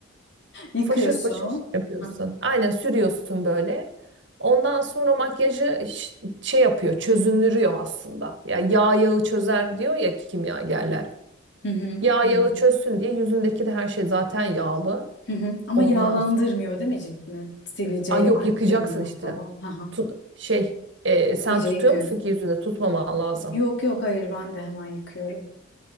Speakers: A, on the right; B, on the left.
A: <laughs>
B: Yıkıyorsun.
A: Foşur foşur yapıyorsun.
B: Hı
A: Aynen sürüyorsun böyle. Ondan sonra makyajı ş- şey yapıyor, çözünürüyor aslında. Ya yağ yağı çözer diyor ya kimyagerler.
B: hı.
A: Yağ
B: Hı
A: yağı
B: hı.
A: çözsün diye yüzündeki de her şey zaten yağlı.
B: Hı hı. Ama
A: Ondan
B: yağlandırmıyor değil mi cildini? Sivilceyi
A: Ay yok yıkayacaksın
B: arttırmıyor
A: işte.
B: falan. Hı hı.
A: Tut, şey e, sen
B: İyice
A: tutuyor
B: yıkıyorsun.
A: musun ki yüzünde tutmaman lazım.
B: Yok yok hayır ben de hemen yıkıyorum.